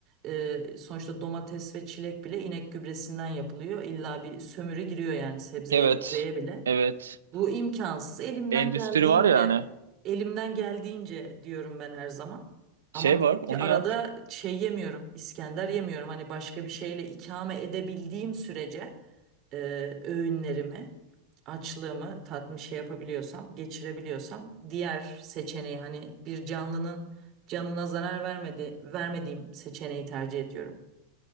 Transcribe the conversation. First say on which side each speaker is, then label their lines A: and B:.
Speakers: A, on the right (about 45°); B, on the right (about 85°).
A: ee, sonuçta domates ve çilek bile inek gübresinden yapılıyor. İlla bir sömürü giriyor yani sebzeye
B: Evet.
A: meyveye bile.
B: Evet.
A: Bu imkansız. Elimden
B: Endüstri
A: geldiğince,
B: var yani.
A: elimden geldiğince diyorum ben her zaman. Ama
B: Şey
A: tabii
B: var, onu
A: ki arada
B: yap.
A: şey yemiyorum, İskender yemiyorum. Hani başka
B: <laughs>
A: bir şeyle ikame edebildiğim sürece e, öğünlerimi, açlığımı tatmin şey yapabiliyorsam, geçirebiliyorsam diğer seçeneği hani bir canlının canına zarar vermedi, vermediğim seçeneği tercih ediyorum.